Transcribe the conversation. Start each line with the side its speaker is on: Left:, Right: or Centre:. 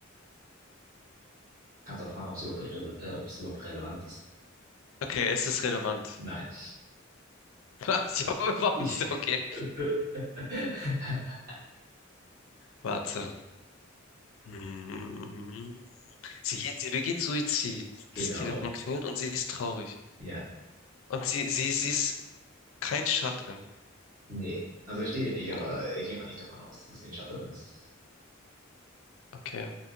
Right: Kannst auch fragen, ob es überhaupt, irrele- äh, ob es überhaupt relevant ist.
Left: Okay, es ist relevant.
Right: Nein.
Left: <laughs> Ich habe warum
Right: Ich.
Left: ist okay?
Right: <laughs>
Left: Warte. Hm. Sie, geht- sie begeht Suizid.
Right: Genau.
Left: Das Telefon klingelt und sie ist traurig.
Right: Ja.
Left: Und sie, sie, sie ist kein Shut-in.
Right: Nee, also steht hier nicht,
Left: Oh,
Right: aber ich gehe mal nicht davon aus, dass sie in Schottland ist.
Left: okay.